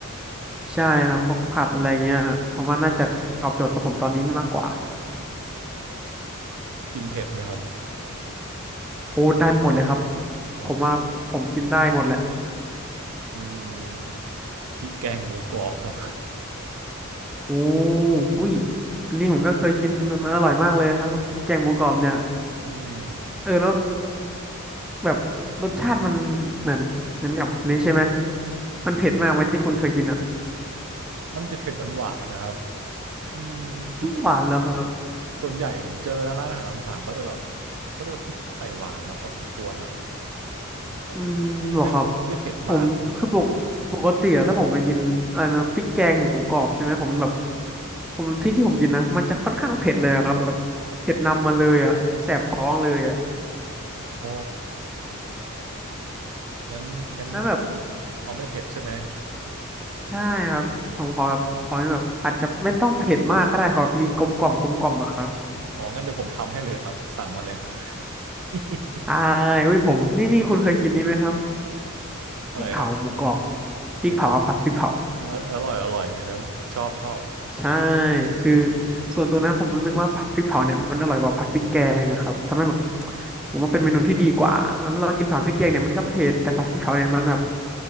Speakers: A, in the centre; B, on the right.
A: ใช่ครับพวกผัดอะไรเงี้ยผมว่าน่าจะตอบโจทย์กับผมตอนนี้มากกว่า
B: กินเผ็ดไหมครับ
A: โอ้ได้หมดเลยครับ
B: อืม
A: ผมว่าผมกินได้หมดแหละ
B: อืมพริกแกงหมูกรอบครับ
A: โอ้อุ้ยอันนี้ผมก็เคยกินมันอร่อยมากเลยนะครับมีแกงหมูกรอบเนี่ย
B: <laughs> อืม
A: เออแล้ว แบบรสชาติมันเหมือนเหมือนกับนี้ใช่ไหมมันเผ็ดมากไหมัที่คุณเคยกินอ่ะ
B: มันเผ็ดเผ็ดหวานหวานๆนะครับอืมที่ผม
A: หวานแล้วครับ
B: ส่วนใหญ่ผมเจอนะร้านอาหารตามสั่งก็จะแบบเขาก็จะใส่หวานมาพอสมควรอ่ะแต่เผ็ดไหมไม่ได้เผ็ดมากขนาดนั้น
A: อืมเหรอครับผมคือปกปกติอะถ้าผมไปกินอะไรนะพริกแกงหมูกรอบใช่ไหมผมแบบผมที่ที่ผมกินนะมันจะค่อนข้างเผ็ดเลยอะครับแบบเผ็ดนำมาเลยอ่ะแสบท้องเลยอ่ะ
B: อ๋องั้นงั้น
A: แล้วแบบ
B: เอาไม่เผ็ดใช่ไหม
A: ใช่ครับผมขอแบบขอแบบอาจจะไม่ต้องเผ็ดมากก็ได้ครับมีกลมกล่อมกลมกล่อมอะครับ
B: อ๋องั้นเดี๋ยวผมทำให้เลยครับสั่งมาเลย <laughs> ครับ <laughs>
A: อ่าอุ้ยผมนี่นี่คุณเคยกินนี้ไหมครับ
B: อะไรครับ
A: พริกเผาหมูกรอบพริกเผาผัดพริกเผา
B: โอ้โหเอออร่อยอร่อยฉันชอบชอบ
A: ใช่คือส่วนตัวนะผมรู้สึกว่าผัดพริกเผาเนี่ยมันอร่อยกว่าผัดพริกแกงนะครับทำให้แบบผมว่าเป็นเมนูที่ดีกว่าแล้วเรากินผัดพริกแกงเนี่ยมันก็เผ็ดแต่ผัดพริกเผาเนี่ยมันแบบ